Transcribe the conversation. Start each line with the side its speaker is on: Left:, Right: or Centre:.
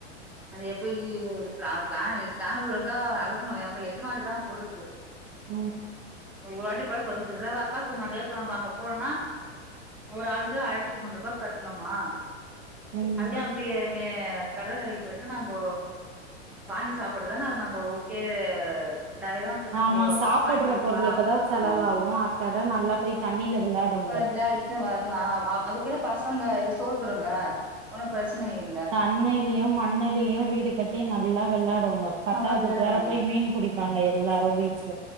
Centre: அது எப்டியோ ப்ளா ப்ளானு ப்ளான்குள்ள இருந்தா நடக் குனு நம்ம எத்தனவாட்டி தா போடுது
Right: ம்
Centre: ஒரு வாட்டி போட சொதப்பிடுது அதா அக்கா சொன்னாங்க இப்ப நம்ம அங்க போனா ஒரு ஆளுக்கு ஆயிரத்தி மூன்று ரூபா கட்டுணுமா
Right: ம்
Centre: அதுக்கு எ இப் டியேமே கடற்கரைக்கு போய்ட்டு நம்போ வாங்கி சாப்புடதான அது நம்போ கே ரெண்டாயிரம் க்குதா
Right: ஆமா
Centre: ஓ
Right: சாப்புட்ற
Centre: வாங்கி குடுக்கலா
Right: பொருளுக்குதா
Centre: அப்டின்னு சொன்னாங்க
Right: செலவாவு அத்தாட நல்லா
Centre: ம்
Right: போய் தண்ணில விளாடுங்க
Centre: கொஞ்ச நேரோ விளாடி அ வர்லாவாப் அது கூட பசங்க இது சோர்துருங்க ஒனும் பிரச்சன இல்
Right: தண்ணைலியு மண்ணலியு வீடு கட்டி நல்லா விளாடு டுங்கோ பத்தாதுக்கு
Centre: நல்லா விளையாடுவாங்க
Right: வேற போய் மீன் புடிப்பாங்க எல்லாரு பீச்ல